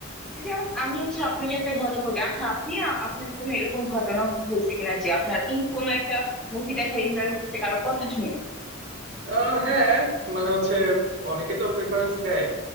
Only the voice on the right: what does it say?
আহ, হ্যাঁ মানে হচ্ছে অনেকেই তো প্রিফারেন্স দেয়